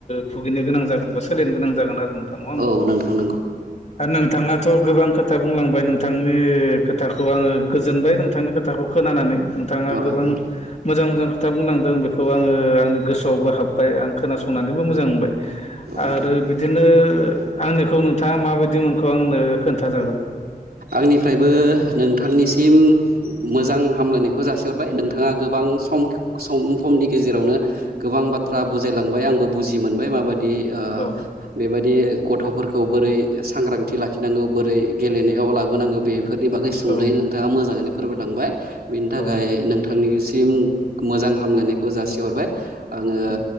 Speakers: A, on the left; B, on the right.
A: भुगिनो गोनां जागोन बा सोलिनो गोनां जागोन आरो। नङा होमबा
B: औ नोंथां नंगौ
A: नोंथां। नोंथांआथ' गोबां खोथा बुंलांबाय नोंथांनि खोथाखौ आङो गोजोनबाय नोंथांनि खोथाखौ खोनानानै। नोंथाङा
B: औ
A: गोबां
B: औ नोंथां
A: मोजां मोजां खोथा बुंलांदों बेखौ आङो आंनि गोसोआवबो हाब आं खोनासंनानैबो मोजां मोनबाय।
B: औ नोंथां
A: आरो बिदिनो आंनिखौ नोंथाङा माबायदि मोनखो आंनो खोन्था जागोन।
B: आंनिफ्रायबो। नोंथांनिसिम मोजां हामलायनायखौ जासि हरबाय नोंथाङा गोबां सम सम खम नि गेजेरावनो गोबां बाथ्रा बुजाय लांबाय आंबो बुजि मोनबाय माबायदि। दि
A: औ
B: बेबायदि गथ'फोरखौ बोरै सांग्रांथि लाखिनांगौ बोरै गेलेनायाव लाबोनांगौ बेफोरनि बागै सुंदै
A: औ
B: नोंथाङा मोजाङैनो फोरमाय लांबाय। बेनि थाखाय
A: औ
B: नोंथांनिसिम मोजां हामलायनायखौ जासि हरबाय। आङो
A: औ